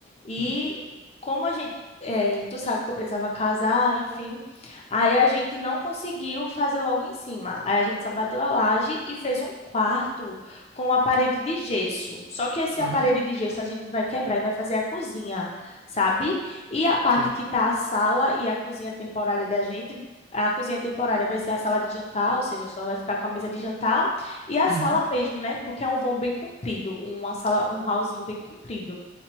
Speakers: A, on the left (about 30°); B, on the right (about 50°).
A: E
B: Hum.
A: como a gente, é, tu sabe que eu precisava casar, enfim, aí a gente não conseguiu fazer logo em cima. Aí a gente só bateu a laje e fez um quarto com a parede de gesso. Só que esse
B: Aham,
A: parede de gesso a gente vai quebrar e vai fazer a cozinha, sabe? E a parte
B: sim.
A: que tá a sala e a cozinha temporária da gente a cozinha temporária vai ser a sala de jantar, ou seja, só vai ficar com a mesa de jantar e a
B: Uhum.
A: sala mesmo, né? Porque é um vão bem comprido, uma sala, um hallzinho bem comprido.